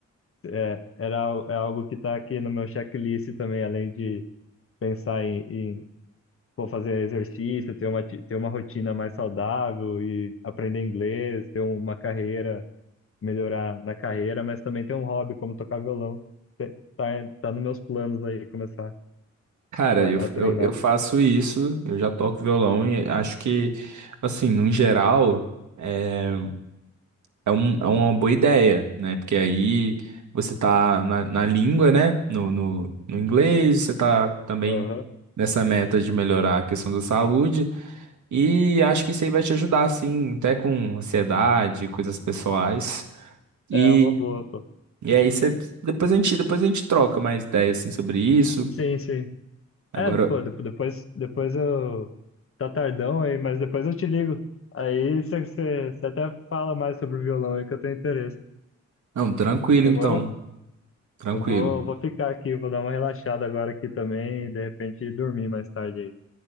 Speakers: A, on the left; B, on the right.
A: É, era, al- é algo que tá aqui no meu checklist também, além de pensar em, em pô, fazer exercício, ter uma, ti- ter uma rotina mais saudável e aprender inglês, ter uma carreira melhorar na carreira, mas também tem um hobby como tocar violão. Te- Tá, tá nos meus planos aí começar
B: Cara,
A: a,
B: eu,
A: a treinar.
B: eu, eu faço isso, eu já toco violão e acho que, assim, no geral, é, é, um- é uma boa ideia, né? Porque aí você tá na, na língua, né? No, no, no inglês, você tá também
A: Aham.
B: nessa meta de melhorar a questão da saúde, e acho que isso aí vai te ajudar, assim, até com ansiedade, coisas pessoais. E,
A: É uma boa, pô.
B: e aí você, depois a gente, depois a gente troca mais ideias, assim, sobre isso.
A: Sim, sim.
B: Agora,
A: É, pô, de- depois, depois eu. Tá tardão aí, mas depois eu te ligo. Aí você até fala mais sobre o violão aí que eu tenho interesse.
B: não, tranquilo
A: Demorou?
B: então, tranquilo.
A: Eu vou, vou ficar aqui, vou dar uma relaxada agora aqui também e de repente dormir mais tarde aí.